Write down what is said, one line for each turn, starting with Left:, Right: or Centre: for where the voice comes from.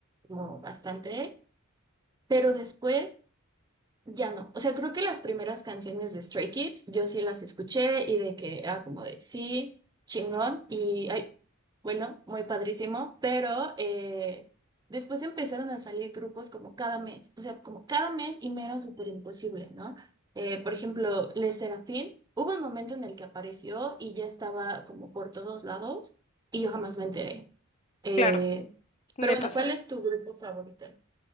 Right: como bastante, pero después Ya no. O sea, creo que las primeras canciones de Stray Kids yo sí las escuché y de que era como de sí, chingón y ay, bueno, muy padrísimo, pero eh, después empezaron a salir grupos como cada mes, o sea, como cada mes y me era súper imposible, ¿no? Eh, por ejemplo, Les Serafín, hubo un momento en el que apareció y ya estaba como por todos lados y yo jamás me enteré. Eh,
Left: claro,
Right: pero
Left: me
Right: bueno,
Left: pasó.
Right: ¿cuál es tu grupo favorito?